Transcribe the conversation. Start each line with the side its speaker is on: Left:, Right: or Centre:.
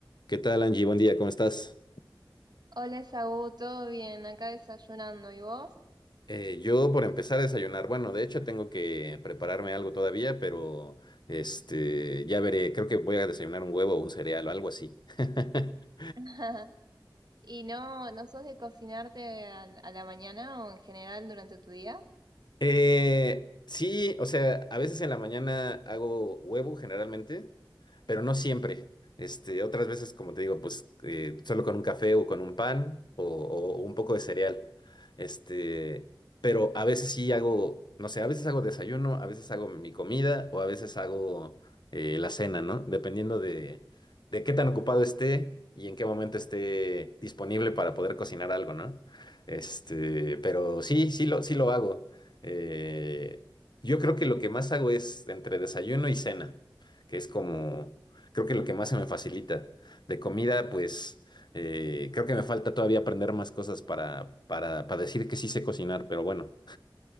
Left: ¿Qué tal, Angie? Buen día, ¿cómo estás?
Right: Hola, Saúl, ¿todo bien? Acá desayunando, ¿y vos?
Left: Eh, yo por empezar a desayunar, bueno, de hecho tengo que prepararme algo todavía, pero este, ya veré, creo que voy a desayunar un huevo o un cereal o algo así. <laughs>
Right: <laughs> ¿Y no, no sos de cocinarte a, a la mañana o en general durante tu día?
Left: Eh, sí, o sea, a veces en la mañana hago huevo generalmente, pero no siempre. Este, otras veces, como te digo, pues eh, solo con un café o con un pan o, o- o un poco de cereal. Este, pero a veces sí hago, no sé, a veces hago desayuno, a veces hago mi comida o a veces hago eh, la cena, ¿no? Dependiendo de, de qué tan ocupado esté y en qué momento esté disponible para poder cocinar algo, ¿no? Este, pero sí, sí lo, sí lo hago. Eh, yo creo que lo que más hago es entre desayuno y cena, que es como, creo que lo que más se me facilita. De comida, pues eh, creo que me falta todavía aprender más cosas para, para, para decir que sí sé cocinar, pero bueno.